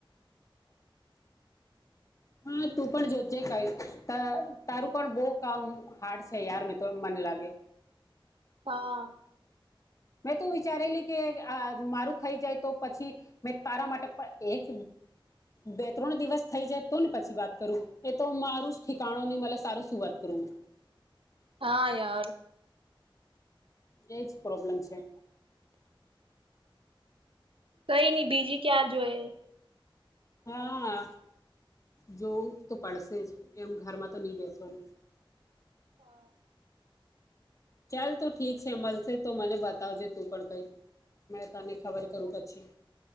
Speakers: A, on the left; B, on the right.
A: હા તું પણ જોજે કઈ તા તારું પણ બો કામ હાર્ડ છે યાર મે તો મને લાગે.
B: હા.
A: મેં તો વિચારેલી કે આ મારું થઈ જાય તો પછી મે તારા માટે પન એક બે ત્રણ દિવસ થઈ જાય તો ને પછી વાત કરું એ તો મારું જ ઠિકાણુ ની મલે સારું સુું વાત કરું મે.
B: હા યાર.
A: એજ પ્રોબ્લમ છે.
B: કઈ નઈ બીજી ક્યાં જોઈએ.
A: હા જોવું તો પડશે જ એવું ઘરમાં તો ની બેસવાનું.
B: હા
A: ચાલ તો ઠીક છે મલશે તો મને બતાવજે તું પણ કઈક. મે તને ખબર કરું પછી